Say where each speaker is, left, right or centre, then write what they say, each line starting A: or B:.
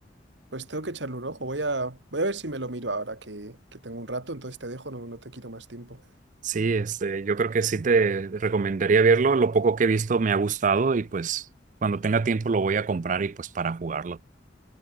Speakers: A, on the right; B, on the right.
A: Pues tengo que echarle un ojo. Voy a, voy a ver si me lo miro ahora que, que tengo un rato, entonces te dejo, no, no te quito más tiempo.
B: Sí, este, yo creo que sí te recomendaría verlo. Lo poco que he visto me ha gustado y pues cuando tenga tiempo lo voy a comprar y pues para jugarlo.